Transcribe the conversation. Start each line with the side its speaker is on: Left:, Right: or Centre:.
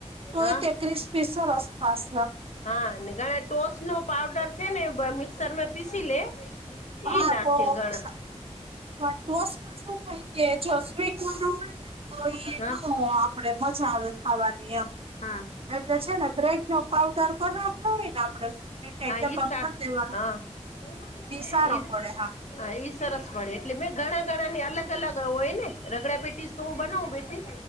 Right: તોયતે
Left: હા
Right: <unintelligible> થાસે
Left: હા ઘણા ટોશ નો પાવડર છે ને મિક્સરમે પીસી લે
Right: હા
Left: ઈ
Right: <unintelligible>
Left: નાખીએ ઘણા
Right: પણ ટોસમાં શું થાય કે જો સ્વીટ વાળો હોય ને તો એ
Left: હા
Right: નો આપડે મજા આવે ખાવાની એમ
Left: હા
Right: એટલે છે ને બ્રેડ નો પાવડર <unintelligible> ને આપડેપ ભરી
Left: આ ઈ સાર
Right: દેવાનું
Left: <unintelligible>
Right: સારો પડે હા
Left: હા એઈ સરસ પડે એટલે મેં ઘણા ઘણા ની અલગ અલગ હોય ને રગડા પેટીસ તો હું બનાવું <unintelligible>